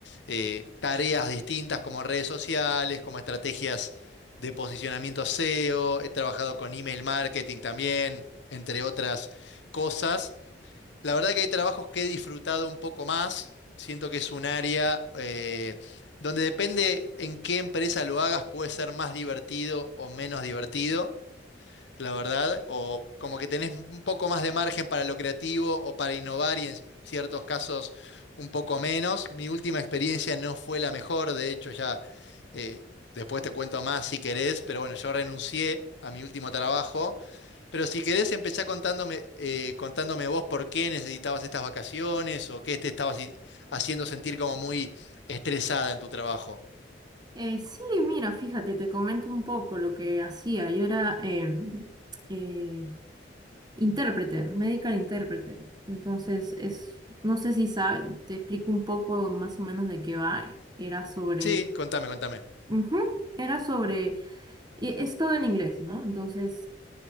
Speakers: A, on the left; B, on the right.
A: eh, tareas distintas como redes sociales, como estrategias de posicionamiento SEO. He trabajado con email marketing también, entre otras cosas. La verdad que hay trabajos que he disfrutado un poco más. Siento que es un área eh, donde depende en qué empresa lo hagas, puede ser más divertido o menos divertido la verdad, o como que tenés un poco más de margen para lo creativo o para innovar y en ciertos casos un poco menos. Mi última experiencia no fue la mejor, de hecho ya eh, después te cuento más si querés, pero bueno, yo renuncié a mi último trabajo, pero si querés empezá contándome, eh, contándome vos por qué necesitabas estas vacaciones o qué te estabas i- haciendo sentir como muy estresada en tu trabajo.
B: Eh, sí, mira, fíjate, te comento un poco lo que hacía. Yo era eh, eh, interpreter, medical interpreter. Entonces, es, no sé si sabes, te explico un poco más o menos de qué va. Era sobre,
A: Sí, contame, contame.
B: Ujú, era sobre, y es todo en inglés, ¿no? Entonces,